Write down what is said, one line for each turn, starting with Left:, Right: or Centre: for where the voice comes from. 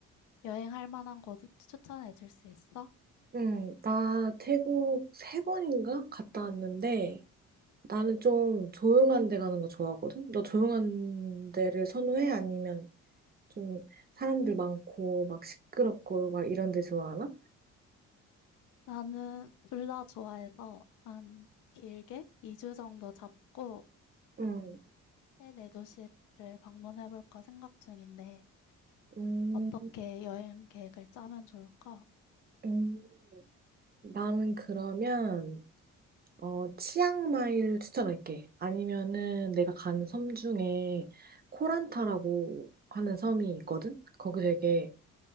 Left: 여행할 만한 곳 추천해 줄 수 있어?
Right: 응. 나 태국 세 번인가 갔다 왔는데 나는 좀 조용한 데 가는 거 좋아하거든? 너 조용한 데를 선호해? 아니면 좀 사람들 많고 막 시끄럽고 막 이런 데 좋아하나?
Left: 나는 둘 다 좋아해서 한 길게 2주 정도 잡고 한
Right: 응,
Left: 세네 도시를 방문해 볼까 생각 중인데,
Right: 음,
Left: 어떻게 여행 계획을 짜면 좋을까?
Right: 음. 나는 그러면 어, 치앙마이를 추천할게. 아니면은 내가 가는 섬 중에 코란타라고 하는 섬이 있거든? 거기 되게